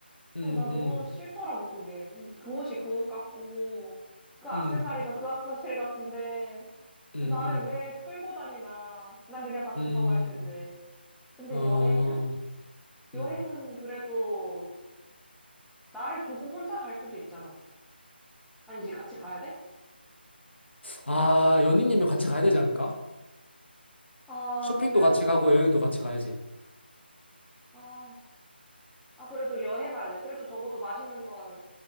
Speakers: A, on the left; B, in the centre.
A: 음,
B: 어, 나 너무
A: 음,
B: 싫더라고, 그게. 그 옷이 그 옷 같고, 그 액세서리가
A: 음,
B: 그 액세서리 같은데,
A: 음,
B: 나를
A: 음,
B: 왜 끌고 다니나. 난 그냥 다 좋다고
A: 음,
B: 할 텐데. 근데
A: 어,
B: 여행은? 여행은
A: 음.
B: 그래도 나를 두고 혼자 갈 수도 있잖아. 아니, 이제 같이 가야 돼?
A: 아, 연인이면 같이 가야 되지 않을까?
B: 아,
A: 쇼핑도
B: 근데,
A: 같이 가고 여행도 같이 가야지.
B: 아, 아, 그래도 여행할래. 그래도 적어도 맛있는 건